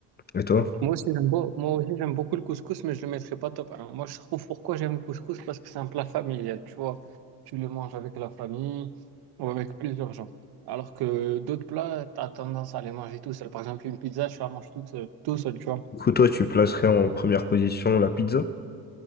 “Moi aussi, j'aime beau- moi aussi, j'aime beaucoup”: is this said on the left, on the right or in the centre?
Right